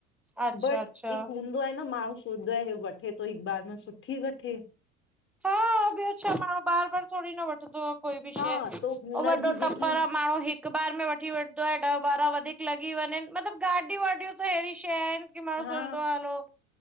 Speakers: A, in the centre; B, on the left (about 30°).
A: अच्छा
B: बट
A: अच्छा
B: हिकु हूंदो आहे न माण्हूं, सोचदो आहे हे वठे तो हिकु बार में सुठी वठे।
A: हा ॿियो छा माण्हूं बार- बार थोरी न वठंदो कोई बि
B: हा
A: शंए,
B: त हुनजी
A: वॾो टप्पर
B: जेकी
A: आ माण्हूं हिकु हिकॿार में वठी वठिदो आहे ॾह ॿारहां वधीक लॻी वंञंनि, मतिलबु गाॾियूं वाॾियूं त अहिड़ी शंइं आहिनि कि माण्हूं
B: हा
A: सोचदो हलो,